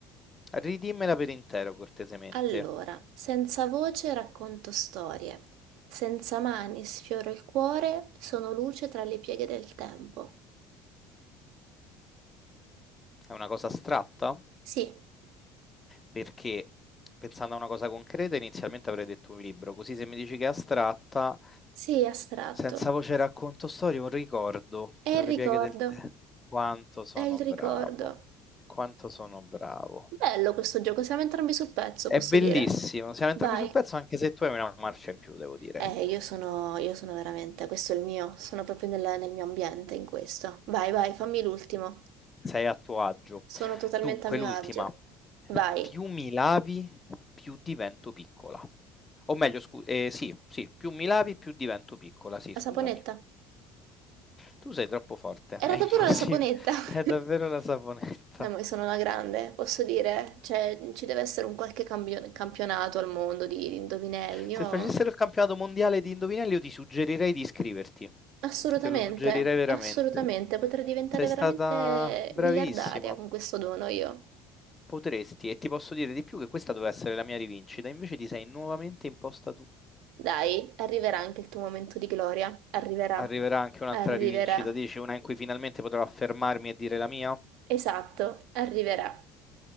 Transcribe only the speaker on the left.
Ridimmela per intero, cortesemente.
È una cosa astratta?
Perché pensando a una cosa concreta, inizialmente avrei detto un libro. Così se mi dici che è astratta,
senza voce racconto storie, un ricordo
tra
le
pieghe del tè. Quanto sono
bravo, quanto sono bravo.
È
bellissimo,
siamo
entrambi sul pezzo anche se tu hai una marcia in più, devo dire.
Sei a tuo agio.
Dunque,
l'ultima.
Più mi lavi, più divento piccola. O meglio, scu- eh, sì, sì, più mi lavi, più divento piccola. Sì,
scusami.
Tu sei troppo forte,
è impossibile.
<laughs> È davvero
la saponetta.
Se
facessero il campionato mondiale di indovinelli, io ti suggerirei di iscriverti.
Te lo suggerirei veramente.
Sei stata
bravissima.
Potresti, e ti posso dire di più che questa doveva essere la mia rivincita, invece ti sei nuovamente imposta tu.
Arriverà anche un'altra
rivincita, dici una in cui finalmente potrò affermarmi e dire la mia?